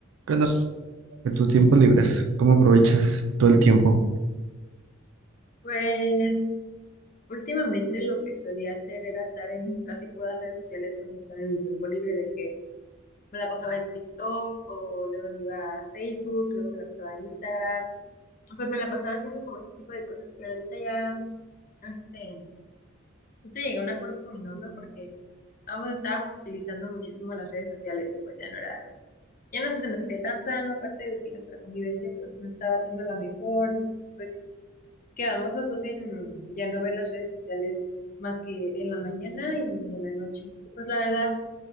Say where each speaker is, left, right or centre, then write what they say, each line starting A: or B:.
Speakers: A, on the right; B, on the left.
A: ¿Qué andas? De tus tiempos libres, ¿cómo aprovechas todo el tiempo?
B: Pues últimamente lo que solía hacer era estar en casi todas las redes sociales cuando estaba en mi tiempo libre, de que me la pasaba en TikTok o luego me iba a Facebook, luego me la pasaba en Instagram, pues me la pasaba haciendo como ese tipo de cosas, pero ahorita ya, este, justo llegué a un acuerdo con mi novio porque ambos estábamos utilizando muchísimo las redes sociales y pues ya no era, ya no se nos hacía tan sano, aparte de que nuestra convivencia pues no estaba siendo la mejor, entonces pues... Quedamos los dos en ya no ver las redes sociales más que en la mañana y en la noche. Y pues la verdad,